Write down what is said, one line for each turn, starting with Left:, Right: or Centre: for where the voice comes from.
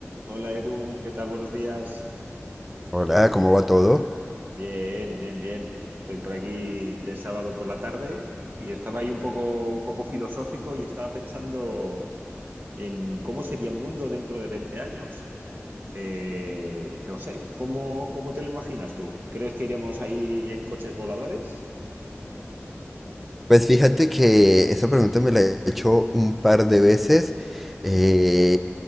Right: Hola Edu, ¿qué tal? Buenos días.
Centre: Hola, ¿cómo va todo?
Right: Bien, bien, bien. Estoy por aquí de sábado por la tarde y estaba ahí un poco, un poco filosófico y estaba pensando en cómo sería el mundo dentro de 20 años. Eh, no sé, ¿cómo, cómo te lo imaginas tú? ¿Crees que iremos ahí en coches voladores?
Centre: Pues fíjate que esa pregunta me la he hecho un par de veces. Eh,
Right: <laughs>